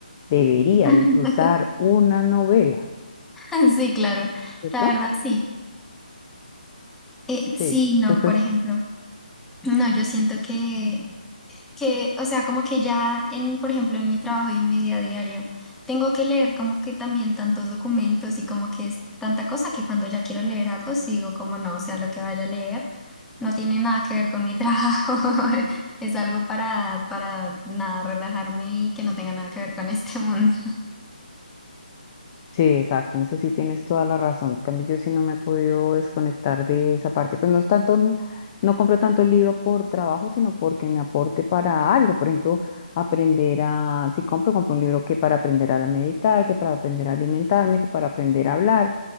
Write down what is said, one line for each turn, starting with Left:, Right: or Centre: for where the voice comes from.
Left: debería
Centre: <laughs>
Left: disfrutar una novela,
Centre: <laughs> Sí, claro,
Left: ¿cierto?
Centre: la verdad sí. Eh,
Left: Sí.
Centre: sí, no,
Left: Entonces
Centre: por ejemplo, no, yo siento que, que, o sea, como que ya en, por ejemplo, en mi trabajo y en mi día a diario, tengo que leer como que también tantos documentos y como que es tanta cosa que cuando ya quiero leer algo sigo como no, o sea, lo que vaya a leer no tiene nada que ver con mi trabajo, <laughs> es algo para, para nada, relajarme y que no tenga nada que ver con este mundo.
Left: Sí, exacto, en eso sí tienes toda la razón. En cambio, yo sí no me he podido desconectar de esa parte. Pues no es tanto, un- no compro tanto el libro por trabajo, sino porque me aporte para algo. Por ejemplo, aprender a, si compro, compro un libro que para aprender a meditar, que para aprender a alimentarme, que para aprender a hablar.